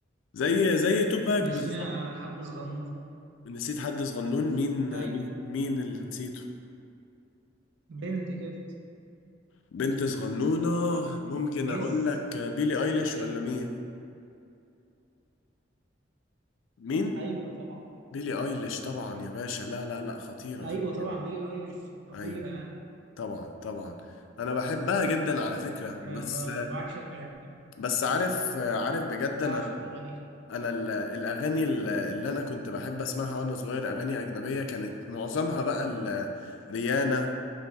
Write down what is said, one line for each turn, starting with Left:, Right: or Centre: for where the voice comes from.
Left: زي زي توباك
Right: نسينا
Left: بالظبط
Right: حد صغنون
Left: نسيت حد صغنون مين
Right: ايوه
Left: مين مين اللي نسيته
Right: بنت كده
Left: بنت صغنونة ممكن
Right: جس
Left: أقول لك بيلي
Right: اسمها
Left: أيليش
Right: ايه
Left: ولا مين؟ مين؟
Right: ايوه طبعا
Left: بيلي أيليش طبعا يا باشا لا لا لا خطيرة
Right: ايوه
Left: خطيرة
Right: طبعا بيلي ايليش خطيره
Left: أيوه
Right: يعني
Left: طبعا طبعا أنا بحبها جدا على فكرة
Right: يعني
Left: بس
Right: انا ب- بعشق اغانيها
Left: بس عارف عارف بجد أنا
Right: بعشق اغانيها
Left: أنا ال- الأغاني ال- اللي أنا كنت بحب أسمعها وأنا صغير أغاني أجنبية كانت معظمها بقى ال- ريانا